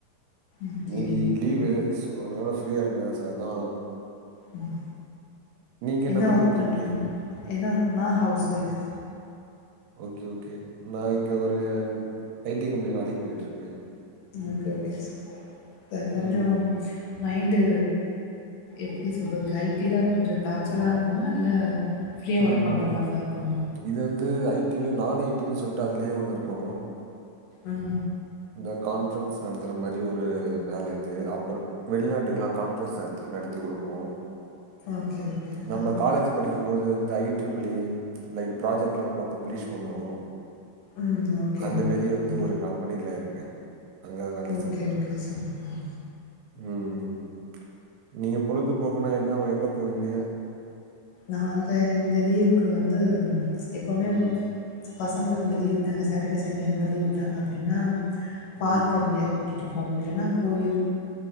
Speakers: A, on the left; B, on the right.
A: ஓகே
B: இன்னிக்கு
A: ஓகே.
B: லீவு சோ அதனால ஃப்ரீயா இருக்கங்க சர் அதா
A: ம்
B: நீங்க
A: என்ன
B: பண்ணிட்ருக்கீங்க
A: ஒர்க் பண்றிங்க என்ன ஒர்க் நா ஹவுஸ் ஒய்ஃப்
B: ஓகே ஓகே நா இங்க ஒரே ஐ டி கம்பெனி வேலைக்கு போயிட்டு இருக்கே
A: ஓகே ஓகே சார் இப்ப கொஞ்சோ
B: ம்
A: மைண்டு எப்டி சொல்றது ஐ டி லா கொஞ்சோ டார்ச்சலா இருக்குமா இல்ல ஃப்ரீயா
B: ம்
A: ஒர்க் பண்ற மாதிரிதா இருக்குமோ
B: இது வந்து ஐ டி லயே நான் ஐ டி னு சொல்ட்டு அதுலயே ஒண்ணு இருக்கு
A: உம்
B: இந்த கான்ஃபரன்ஸ் நடத்ற மாரி ஒரு வேல இது அப்றோ வெளிநாட்டுக்கலா கான்ஃபரன்ஸ் நடத்தி நடத்தி குடுப்போ
A: ஓகே ஓகே
B: நம்ம
A: ஆ
B: காலேஜ் படிக்கு போது இந்த ஐ ட்ரிபிளி லைக் ப்ராஜெக்ட் எல்லா நம்ம பப்ளிஷ் பண்ணுவோ
A: ம் ஓகே
B: அந்த
A: ஓகேங்க
B: மாரி வந்து ஒரு கம்பெனில இருக்கே அங்க வேல
A: ஓகே
B: செஞ்சுட்டு
A: ஓகே
B: இருக்கே
A: சூப்பர்
B: உம் நீங்க பொழுது போக்குனா என்ன எங்கப் போவிங்க
A: நாங்க இந்த லீவ் க்கு வந்து எப்போமே
B: ம்
A: பசங்களுக்கு இந்த லீவ் விட்டாங்க சாட்டடே சண்டே இந்த மாரி லீவ் விட்டாங்க அப்டின்னா பார்க்
B: ம்
A: எங்கேயாவது கூட்டிட்டு போ இப்போ அவங்க இல்லைனா கோயில்